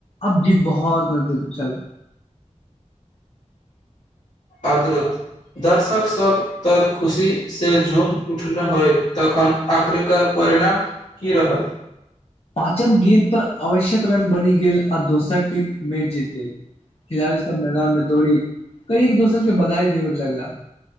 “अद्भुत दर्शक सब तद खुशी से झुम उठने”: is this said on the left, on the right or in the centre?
Left